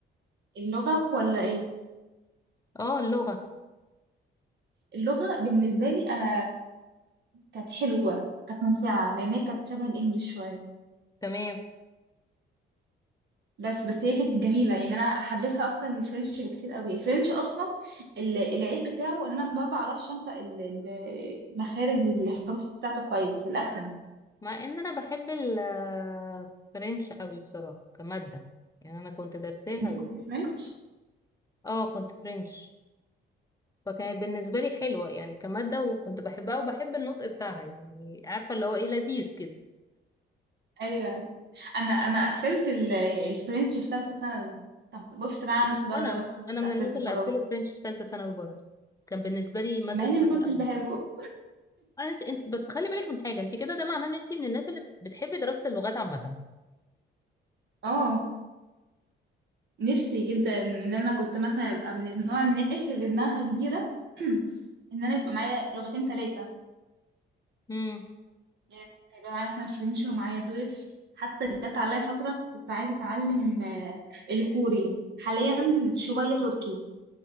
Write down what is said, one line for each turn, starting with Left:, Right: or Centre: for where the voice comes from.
Right: اللغه ولا ايه
Left: اه اللغة
Right: اللغة بالنسبة لي أنا كانت حلوة كانت ممتعة لأن هي كانت شبه الإنجليش شوية
Left: تمام
Right: بس بس هي كانت جميلة يعني أنا حبيتها أكتر من الفرنش بكتير قوي الفرنش أصلا ال- العيب بتاعه إن أنا ما بعرفش أنطق ال- ال- مخارج الحروف بتاعته كويس الأكسنت
Left: مع ان انا بحب الفرنش قوي بصراحة كمادة يعني انا كنت درساها
Right: أنت
Left: ال-
Right: كنت فرنش؟
Left: اه كنت فرنش فكانت بالنسبة لي حلوة يعني كمادة وكنت بحبها وبحب النطق بتاعها يعني عارفة اللي هو ايه لذيذ كده
Right: أيوه أنا أنا قفلت ال- الفرنش في ثالثة ثانوي طب وقفت معاه على نص درجة
Left: وانا
Right: بس كنت
Left: انا من
Right: قفلت
Left: الناس اللي
Right: خلاص
Left: قفلوا فرنش في ثالثة ثانوي برضه كان بالنسبة لي مادة
Right: مع إني
Left: سهلة
Right: ما كنتش
Left: قوي
Right: بحبه
Left: انت انت بس خلي بالك من حاجه انت كده ده معناه ان انت من الناس اللي بتحبي دراسه اللغات عامه
Right: اه نفسي جدا ان انا كنت مثلا ابقى من النوع الناس اللي دماغها كبيره <clears throat> ان انا يبقى معايا لغتين ثلاثه
Left: امم
Right: يعني يبقى معايا مثلا فرنش ومعايا دويتش حتى جت عليا فتره كنت عايزه اتعلم آه، الكوري حاليا شويه تركي